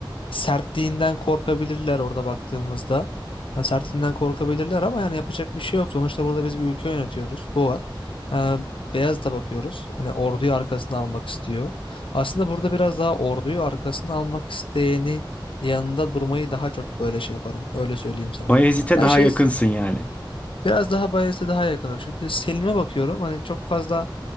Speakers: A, on the left; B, on the left.
A: sertliğinden korkabilirler orada baktığımızda. Ha, sertliğinden korkabilirler ama yani yapacak bir şey yok. Sonuçta burada biz bir ülke yönetiyoruz. Bu var. E, Beyazıt'a bakıyoruz. Hani orduyu arkasına almak istiyor. Aslında burada biraz daha orduyu arkasına almak isteyenin yanında durmayı daha çok böyle şey yaparım. Öyle söyleyeyim sana.
B: Bayezid'e
A: Ben
B: daha
A: şey
B: yakınsın yani.
A: Biraz daha Bias'e daha yakınım. Şimdi Selim'e bakıyorum. Hani çok fazla